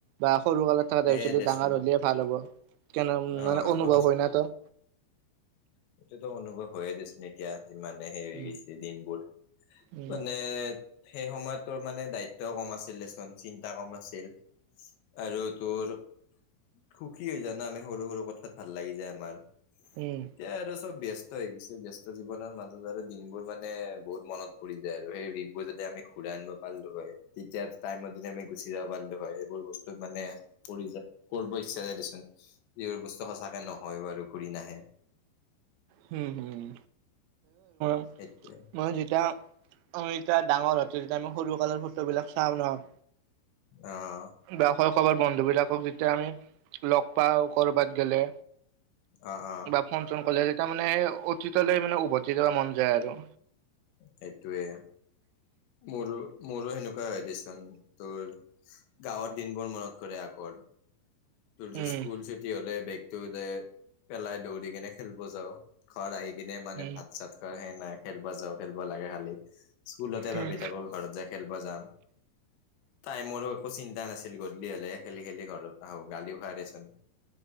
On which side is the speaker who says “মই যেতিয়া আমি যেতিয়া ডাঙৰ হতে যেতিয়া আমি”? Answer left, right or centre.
Right